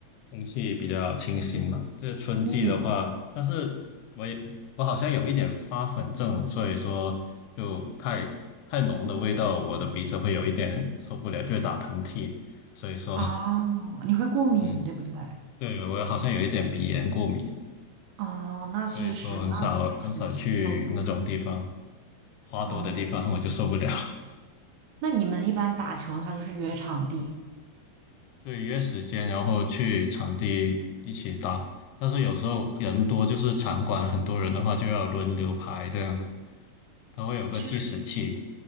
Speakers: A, on the left (about 85°); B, on the right (about 80°).
A: 空气比较清新嘛。这春季的话，
B: 嗯，
A: 但是我也我好像有一点发粉症，所以说就太太浓的味道，我的鼻子会有一点受不了，就会打喷嚏。所以说，
B: 啊，你会过敏，
A: <laughs> 嗯，
B: 对不对？
A: 对，我好像有一点鼻炎过敏，
B: 哦，那确实，
A: 所以说很少很少去那种地方，
B: 那其实还挺难受的。
A: 花多的地方我就受不了。
B: 哦，那你们一般打球的话，就是约场地，
A: 对，约时间，然后去场地一起打。但是有时候人多，就是场馆很多人的话，就要轮流排这样子。它会有个计时器，
B: 确实。